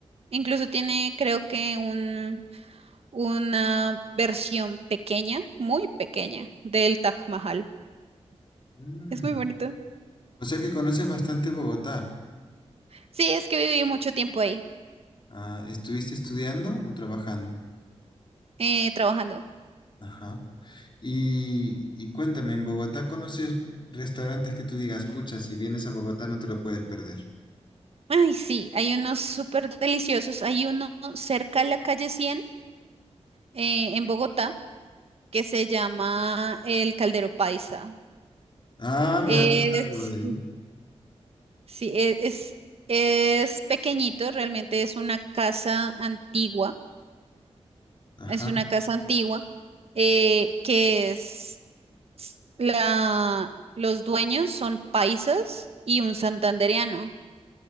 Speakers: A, on the right; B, on the left.
A: Incluso tiene, creo que un una versión pequeña, muy pequeña, del Taj Mahal.
B: Mm.
A: Es muy bonito.
B: O sea que conoces bastante Bogotá.
A: Sí, es que viví mucho tiempo ahí,
B: Ah, ¿estuviste estudiando o trabajando?
A: eh, trabajando.
B: Ajá. Y, y cuéntame, ¿en Bogotá conoces restaurantes que tú digas, pucha, si vienes a Bogotá no te lo puedes perder?
A: Ay, sí, hay unos súper deliciosos. Hay uno cerca a la calle 100 eh, en Bogotá, que se llama el Caldero Paisa.
B: Ah, me
A: Es,
B: han hablado de él.
A: sí, e- es, es pequeñito, realmente es una casa antigua.
B: Ajá,
A: Es una casa antigua eh, que es la, los dueños son paisas y un santandereano.